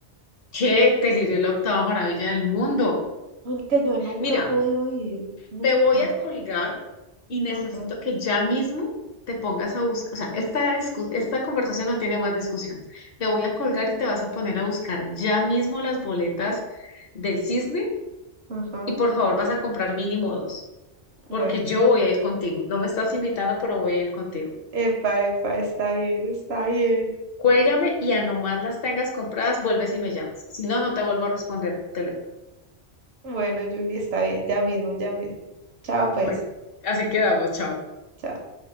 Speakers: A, on the left; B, on the right.
A: ¿Qué? Delirio es la octava maravilla del mundo.
B: El que yo nunca
A: Mira,
B: he podido ir, nunca.
A: te voy a colgar y necesito
B: Ajá,
A: que ya mismo te pongas a buscar. O sea, esta, discu- esta conversación no tiene más discusión. Te voy a colgar y te vas a poner a buscar ya mismo las boletas del cisne
B: ajá.
A: y por favor vas a comprar mínimo dos, porque
B: Bueno,
A: yo voy a ir contigo. No me estás invitando, pero voy a ir contigo.
B: epa, epa, está bien, está bien.
A: Cuélgame y a nomás las tengas compradas, vuelves y me llamas. Si no, no te vuelvo a responder el teléfono.
B: Bueno, Julie, está bien, ya mismo, ya mismo. Chao, pues.
A: Bueno, así quedamos, chao.
B: chao.